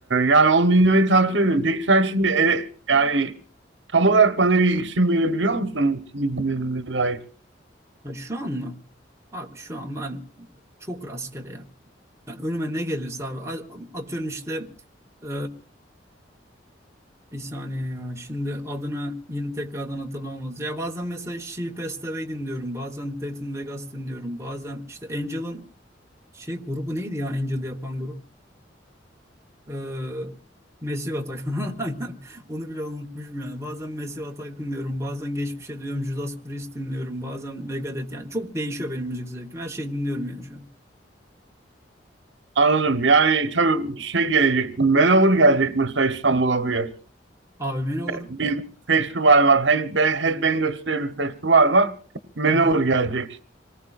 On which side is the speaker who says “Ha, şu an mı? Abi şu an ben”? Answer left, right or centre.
Right